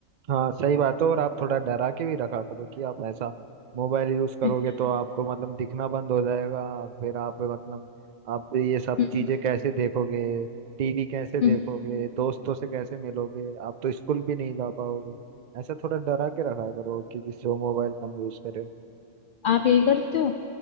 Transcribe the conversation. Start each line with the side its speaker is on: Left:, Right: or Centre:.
Right: हाँ सही बात है और आप थोड़ा डरा के भी रखा करो कि आप ऐसा मोबाइल यूज करोगे
Left: <laughs>
Right: तो आपको मतलब दिखना बंद हो जाएगा फिर आप मतलब आप ये सब
Left: हम्म,
Right: चीजें कैसे देखोगे टीवी कैसे देखोगे
Left: हम्म।
Right: दोस्तों से कैसे मिलोगे आप तो स्कूल भी नहीं जा पाओगे ऐसा थोड़ा डरा के रखा करो कि जिससे वो मोबाइल कम यूज करे
Left: आप यही करते हो